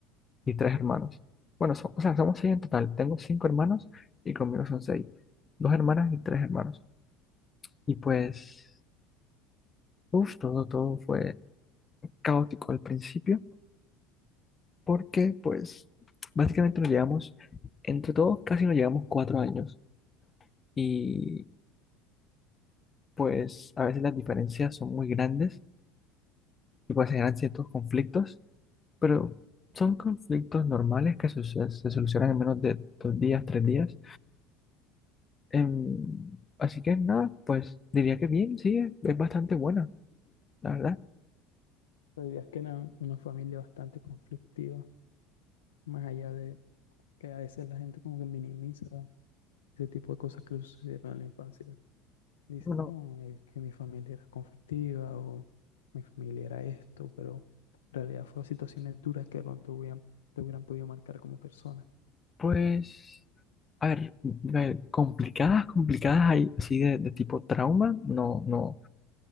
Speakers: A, on the left (about 30°); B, on the left (about 85°).
A: y tres hermanos. Bueno, so- o sea, somos seis en total. Tengo cinco hermanos y conmigo son seis. Dos hermanas y tres hermanos. Y pues... uff todo, todo fue caótico al principio, porque pues básicamente nos llevamos, entre todos casi nos llevamos cuatro años y pues a veces las diferencias son muy grandes y pues se generan ciertos conflictos, pero son conflictos normales que se, se- solucionan en menos de dos días, tres días. Em, así que nada, pues diría que bien, sí, es, es bastante buena, la verdad.
B: Pero dirías que eran una familia bastante conflictiva, más allá de que a veces la gente como que minimiza ese tipo de cosas que le sucedieron en la infancia. Dice,
A: Bueno,
B: no, es que mi familia era conflictiva o mi familia era esto, pero en realidad fueron situaciones duras que de pronto hubieran, te hubieran podido marcar como persona.
A: pues... A ver, eh, complicadas, complicadas hay así de, de tipo trauma, no, no,